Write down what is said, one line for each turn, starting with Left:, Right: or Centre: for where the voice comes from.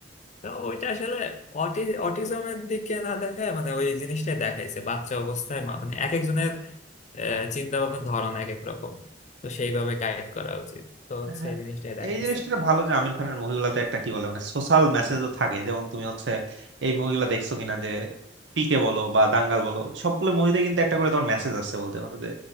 Left: তো ওইটা আসলে অটি অটিজমের দিকে না দেখায় মানে ওই জিনিসটাই দেখাইছে বাচ্চা অবস্থায় মা- মানে এক একজনের চিন্তা ভাবনার ধরন এক এক রকম তো সেইভাবে গাইড করা উচিত তো
Right: হ্যাঁ
Left: সেই জিনিসটাই দেখাইছে
Right: এই জিনিসটা ভালো যে আমির খানের মুভিগুলোতে একটা কি বলে মানে সোশ্যাল মেসেজও থাকে যেমন তুমি হচ্ছে এই মুভিগুলো দেখছো কিনা যে পিকে বলো বা দাঙ্গাল বলো সবগুলো মুভিতে কিন্তু একটা করে তোমার মেসেজ আছে বলতে পারো যে